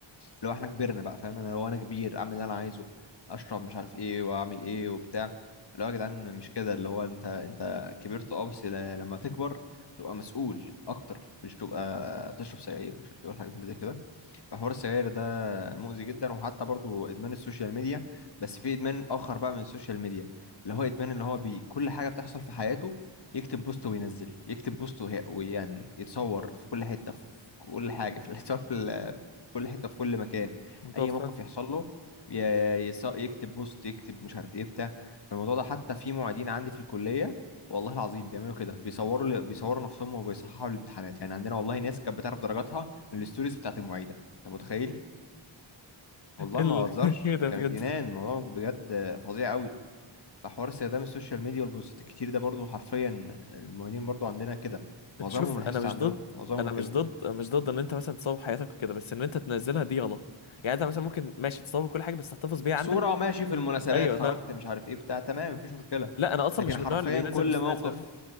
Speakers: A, on the left (about 60°); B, on the left (about 75°).
A: اللي هو إحنا كبرنا بقى فاهم أنا لو أنا كبير أعمل اللي أنا عايزه أشرب مش عارف إيه وأعمل إيه وبتاع اللي هو يا جدعان مش كده اللي هو أنت أنت كبرت أه بس ل- لما تكبر تبقى مسؤول أكتر مش تبقى تشرب سجاير ومش عارف إيه والحاجات اللي زي كده فحوار السجاير ده مؤذي جدا وحتى برضو ادمان السوشيال ميديا بس في ادمان اخر بقى من السوشيال ميديا اللي هو ادمان اللي هو بي كل حاجه بتحصل في حياته يكتب بوست وينزل يكتب بوست وهي- ويعمل يتصور في كل حته في كل حاجه في الصور في, ال- في كل حته في كل مكان
B: متوفى
A: اي موقف
B: <laughs>
A: يحصل له ي- يص- يكتب بوست يكتب مش عارف ايه بتاع فالموضوع ده حتى في معيدين عندي في الكليه والله العظيم بيعملوا كده بيصوروا بيصوروا نفسهم وبيصححوا الامتحانات يعني عندنا والله ناس كانت بتعرف درجاتها من الستوريز بتاعت المعيده انت متخيل والله
B: ال...
A: ما بهزرش
B: ايه ده
A: كان
B: بجد
A: جنان الموضوع بجد فظيع قوي فحوار استخدام السوشيال ميديا والبوستات الكتير ده برضو حرفيا المهنيين برضو عندنا كده
B: نشوف
A: معظمهم
B: انا
A: لاحظت
B: مش
A: عندهم
B: ضد
A: معظمهم
B: انا
A: كده
B: مش ضد مش ضد ان انت مثلا تصور حياتك وكده بس ان انت تنزلها دي غلط يعني انت مثلا ممكن ماشي تصور كل حاجه بس تحتفظ بيها
A: صورة
B: عندك
A: ماشي في المناسبات
B: ايوه
A: خرجت
B: فاهم
A: مش عارف ايه بتاع تمام مفيش مشكلة
B: لا انا اصلا
A: لكن
B: مش
A: حرفيا
B: من النوع اللي بينزل
A: كل
B: بوستات
A: موقف
B: فاهم